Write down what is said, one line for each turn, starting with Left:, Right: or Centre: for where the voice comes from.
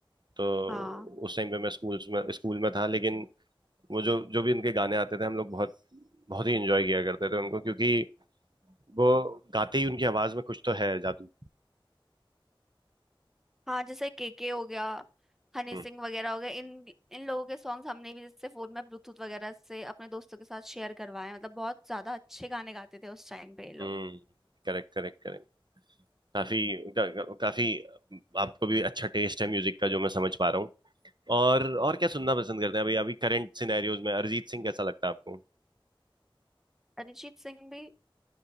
Right: तो
Centre: हाँ
Right: उस टाइम पे मैं स्कूल में स्कूल में था लेकिन वो जो जो भी उनके गाने आते थे हम लोग बहुत बहुत ही इंजॉय किया करते थे उनको क्योंकि वो गाते ही उनकी आवाज में कुछ तो है जादू
Centre: हाँ जैसे के के हो गया हनी
Right: हम्म
Centre: सिंह वगैरह हो गए इन इन लोगों के सॉन्ग्स हमने भी जैसे फोन में ब्लूटूथ वगैरह से अपने दोस्तों के साथ शेयर करवाए मतलब बहुत ज्यादा अच्छे गाने गाते थे उस टाइम पे ये लोग
Right: हम्म Correct correct correct काफी का, काफी आपको भी अच्छा टेस्ट है म्यूजिक का जो मैं समझ पा रहा हूँ और और क्या सुनना पसंद करते हैं अभी अभी करंट सिनेरियोज में अरिजीत सिंह कैसा लगता है आपको
Centre: अरिजीत सिंह भी